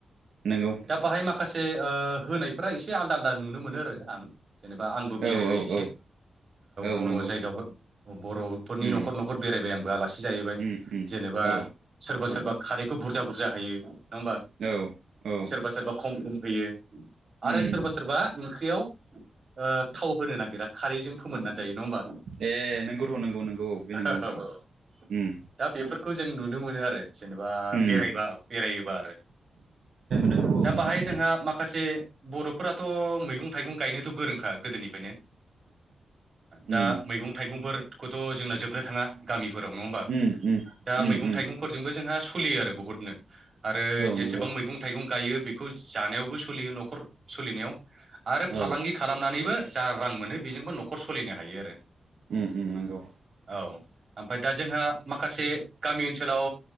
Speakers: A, on the right; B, on the right.
A: नंगौ
B: दा बाहाय माखासे ओ होनायफ्रा एसे आलदा आलदा नुनो मोनो आरो आं। जेनेबा आंबो
A: औ
B: बेरायबाय
A: औ
B: एसे
A: औ औ
B: बर'
A: नंगौ
B: जायगाफोर बर'फोरनि
A: उम
B: न'खर न'खर बेरायबाय आंबो आलासि जाहैबाय
A: उम उम
B: जेनेबा
A: औ
B: सोरबा सोरबा खारैखौ बुरजा बुरजा होयो नङा होमबा
A: औ औ
B: सोरबा सोरबा खम खम होयो आरो
A: उम
B: सोरबा सोरबा ओंख्रियाव ओ थाव होनो नागिरा खारैजों फोमोनो जायो नङा होमबा
A: ए नोंगौथ' नंगौ नंगौ औ बे नंगौ
B: ओहोऔ
A: उम
B: दा बेफोर खौ जों नुनो मोनो आरो जेनेबा
A: उम
B: बेरायबा बेरायोबा आरो
A: नंगौ
B: दा
A: औ नोंथां
B: बाहाय जोंहा माखासे बर'फोराथ' मैगं थाइगं गायनो द गोदोनिफ्रायनो दा
A: उम
B: मैगं थाइगंफोर खौथ' जोंना जोबनो थाङा गामिफोराव नङा होमबा
A: उम उम
B: दा
A: उम
B: मैगं
A: उम
B: थाइगंफोरजोंबो जोंहा सोलियो आरो बहुतनो आरो
A: औ
B: जेसेबां
A: नंगौ
B: मैगं थाइगं गायो बेखौ जानायावबो सोलियो न'खर सलिनायाव आरो
A: औ
B: फालांगि बो जा रां मोनो बेजोंबो न'खर सलिनो हायो आरो‌।
A: उ उ नंगौ
B: औ ओमफ्राय दा जोंहा माखासे गामि ओनसोलाव